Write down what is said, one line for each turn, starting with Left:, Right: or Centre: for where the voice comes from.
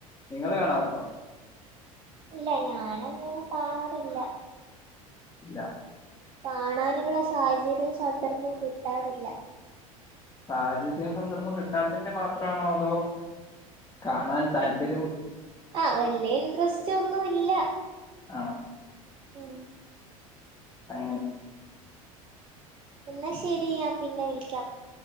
Left: നിങ്ങള് കാണാറുണ്ടോ
Right: ഇല്ല ഞാന അങ്ങനെ കാണാറില്ല
Left: ഇല്ല
Right: കാണാനുള്ള സാഹചര്യവും സന്ദർഭവും കിട്ടാറില്ല
Left: സാഹചര്യം സന്ദർഭം കിട്ടാത്തിന്റെ മാത്രമാണോ അതോ കാണാൻ താല്പ തരും
Right: ആഹ് വല്യ ഇൻട്രസ്റ്റ് ഒന്നും ഇല്ല
Left: ആ
Right: ഉം
Left: അങ്ങനെ
Right: എന്നാ ശെരി ഞാൻ പിന്നെ വിളിക്കാം